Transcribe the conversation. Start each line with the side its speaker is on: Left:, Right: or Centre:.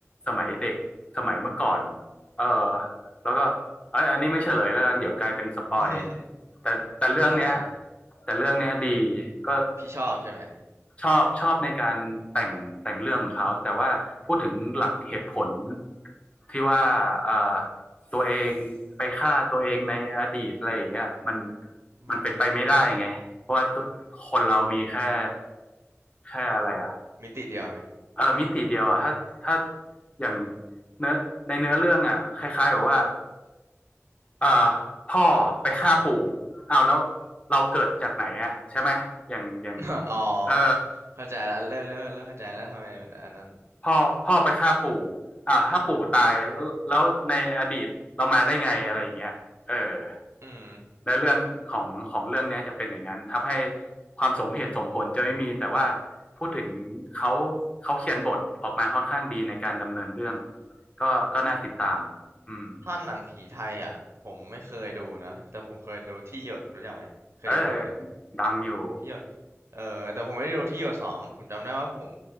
Left: สมัยเด็กสมัยเมื่อก่อน เออแล้วก็เอ้ยอันนี้ไม่เฉลยแล้วกันเดี๋ยวกลายเป็นสปอย
Right: <laughs> อือหือ
Left: แต่แต่เรื่องเนี้ย
Right: อ่า
Left: แต่เรื่องเนี้ยดีก็
Right: พี่ชอบใช่ไหม
Left: ชอบชอบในการแต่งแต่งเรื่องของเขาแต่ว่าพูดถึงหลักเหตุผลที่ว่าเออตัวเองไปฆ่าตัวเองในอดีตอะไรอย่างเงี้ยมัน
Right: อืม
Left: มันเป็นไปไม่ได้ไงเพราะว่าตัวคนเรามีแค่แค่อะไรอ่ะ
Right: มิติเดียวไหม
Left: เออมิติเดียวอ่ะถ้าถ้าอย่างเนื้อในเนื้อเรื่องอ่ะคล้ายๆแบบว่า เอ่อพ่อไปฆ่าปู่เอาวแล้วเราเกิดจากไหนอะใช่ไหมอย่างอย่าง
Right: <laughs> อ๋อ
Left: เออ
Right: เข้าใจแล้วเริ่มเริ่มเริ่มเข้าใจแล้วทำไมมันอันนั้น
Left: พ่อพ่อไปฆ่าปู่อ้าวถ้าปู่ตายแล้วแล้วในอดีตเรามาได้ไงอะไรอย่างเงี้ยเออ
Right: อืม
Left: ในเรื่องของของเรื่องนี้จะเป็นอย่างนั้นทำให้ความสมเหตุสมผลจะไม่มีแต่ว่าพูดถึงเขาเขาเขียนบทออกมาค่อนข้างดีในการดำเนินเรื่องก็ก็น่าติดตามอืม
Right: ถ้าหนังผีไทยอ่ะผมไม่เคยดูนะแต่ผมเคยดูที่หยดรู้จักไหมเคยดูไหมเคยดูไหม
Left: เออดังอยู่
Right: ที่หยดเออแต่ผมไม่ได้ดูที่หยดสองผมจำได้ว่าผม